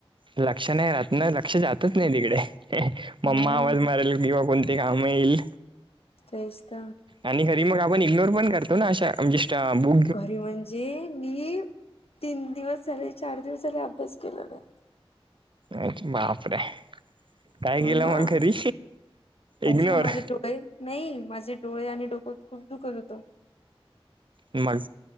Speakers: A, on the right (about 55°); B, on the left (about 75°).
A: लक्ष नाही राहत ना लक्ष जातच नाही तिकडे मम्मा
B: हम्म
A: आवाज मारेल किंवा कोण ते आमहीईल..
B: तेचत.
A: आणि खरी मग आपण इग्नोर पण करतो ना अशा म्हणजे च ब
B: घरी म्हणजे मी तीन दिवस झाले चार दिवस झाले अभ्यास केला नाही.
A: अ बापर काय
B: हो
A: केलं
B: ना
A: मग घरी
B: काहीच
A: इग्नोर.
B: नाही माझे नाही माझे डोळे आणि डोकत खूप दुखत होतो.
A: मग